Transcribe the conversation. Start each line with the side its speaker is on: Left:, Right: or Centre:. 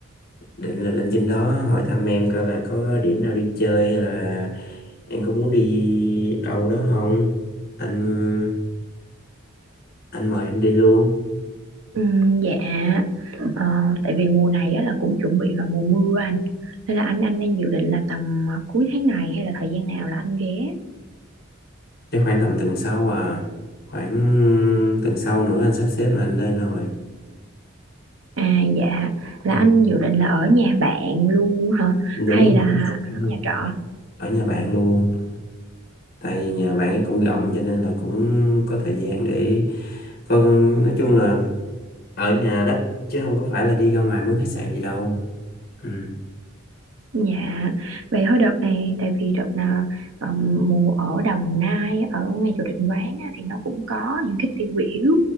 Left: định là lên trên đó hỏi thăm em coi là có điểm nào đi chơi hay là em có muốn đi đâu đó không anh anh mời em đi luôn
Right: Ừ, dạ. Ờ, tại vì mùa này á là cũng chuẩn bị vào mùa mưa anh. Nên là anh anh đang dự định là tầm à, cuối tháng này hay là thời gian nào là anh ghé?
Left: chắc khoảng tầm tuần sau à khoảng tuần sau nữa anh sắp xếp là anh lên rồi
Right: À, dạ. Là
Left: ừ.
Right: anh dự định là ở nhà bạn luôn hả?
Left: đúng
Right: Hay
Left: rồi
Right: là
Left: đúng
Right: ở
Left: rồi
Right: nhà trọ?
Left: ở nhà bạn luôn tại vì nhà bạn ấy cũng rộng cho nên là cũng có thời gian để có nói chung là ở nhà đó chứ không có phải là đi ra ngoài mướn khách sạn gì đâu ừ.
Right: Dạ, vậy thôi đợt này tại vì đợt nào ờm, mùa ở Đồng Nai ở ngay chỗ định quán á, thì nó cũng có những cái tiêu biểu